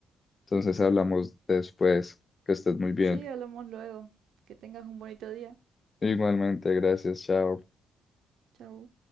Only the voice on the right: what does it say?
Sí, hablamos luego. Que tengas un bonito día.
Chau.